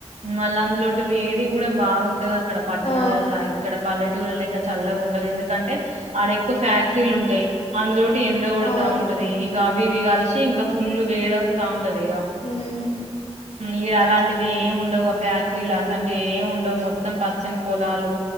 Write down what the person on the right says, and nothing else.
మళ్ళ అందులోటి వేడి గుడా బాగుంటది అక్కడ పట్టణాలల్ల
ఇక్కడ పల్లె టూర్ లెక్క చల్లగుండదు ఎందుకంటే ఆడ ఎక్కో ఫ్యాక్టరీలుంటయి అందులో ఎండ గొడతా
ఉంటది ఇగ అవి ఇవి కలిసి ఇంక ఫుల్లు వేడస్తా ఉంటి టది ఆ
ఈడ అలాంటివి ఏం ఉండవు ఒక ఫ్యాక్టరీలు అసంటివి ఏం ఉండవు మొత్తం పచ్చని పొలాలు